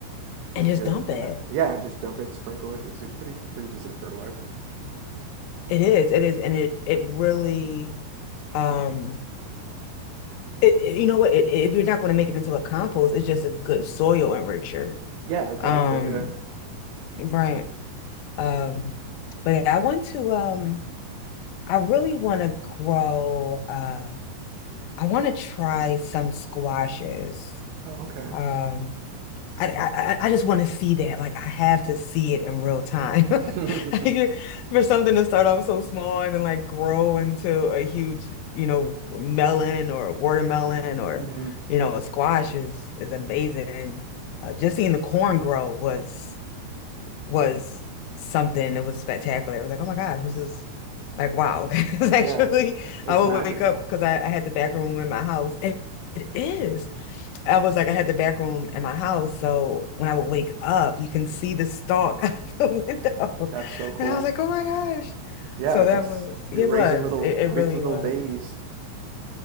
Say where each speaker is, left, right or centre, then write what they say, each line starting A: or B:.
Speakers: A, on the right; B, on the left.
A: into
B: And just dump
A: in
B: it.
A: that. Yeah, and just dump it, sprinkle it. It's a pretty pretty decent fertilizer.
B: It is. It is, and it it really um It, it- you know what? It, if you're not going to make it into a compost, it's just a good soil enricher.
A: Yeah, exactly.
B: Um,
A: Yeah.
B: right. Um, but yeah, I want to. Um, I really want to grow. Uh, I want to try some squashes.
A: Oh, okay.
B: Um, I I, I just want to see that. Like I have to see it in real time. <laughs>
A: <laughs>
B: Like, you're- For something to start off so small and then like grow into a huge, you know, melon or watermelon or,
A: hmm
B: you know, a squash is is amazing. And Uh, just seeing the corn grow was was something. It was spectacular. It was like, oh my gosh, this is like wow. <laughs> 'Cause actually,
A: Yeah, it's
B: I would
A: magical.
B: wake up because I, I had the back room in my house, and it is. I was like, I had the back room in my house, so when I would wake up, you can see the stalk <laughs> out the window.
A: That's so cool.
B: And I was like, oh my gosh.
A: Yeah,
B: So
A: it's
B: that
A: ex
B: was, it
A: you're raising
B: was,
A: little
B: it, it
A: raising
B: really
A: little
B: was.
A: babies,